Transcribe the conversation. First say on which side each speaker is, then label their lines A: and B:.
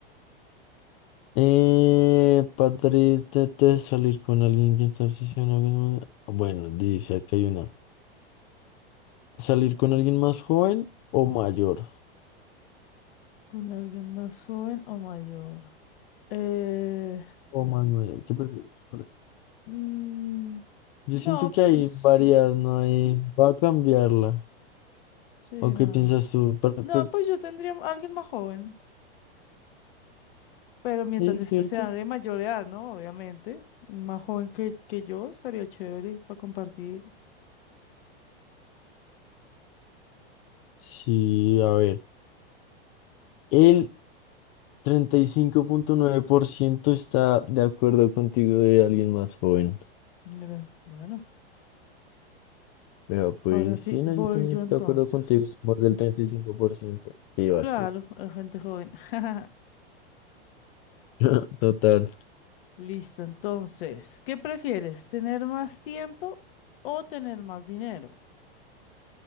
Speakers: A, on the left; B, on the left.
A: Eh, padre, te- te- salir con alguien que está obsesionado con... Bueno, dice acá hay una. ¿Salir con alguien más joven o mayor?
B: Con alguien más joven o mayor. Eh,
A: O más mayor, ¿qué prefieres? Por-
B: mm,
A: Yo
B: no,
A: siento que
B: pues
A: hay varias, no hay... Va a cambiarla.
B: sí,
A: ¿O
B: no.
A: qué piensas tú? Para-
B: No,
A: pues,
B: pues yo tendría a alguien más joven, pero mientras
A: Sí,
B: este
A: ¿cierto?
B: sea de mayor edad, ¿no? Obviamente, más joven que, que yo estaría chévere para compartir.
A: Sí, a ver. Él treinta y cinco punto nueve por ciento está de acuerdo contigo de alguien más joven.
B: Mira, bueno,
A: Vea, pues
B: ahora sí,
A: sí,
B: voy
A: no, yo también
B: yo
A: estoy
B: entonces.
A: de acuerdo contigo, somos del treinta y cinco por ciento Sí, vas
B: Claro,
A: tú.
B: la gente joven. <laughs>
A: <laughs> Total.
B: Listo, entonces, ¿qué prefieres? ¿Tener más tiempo o tener más dinero?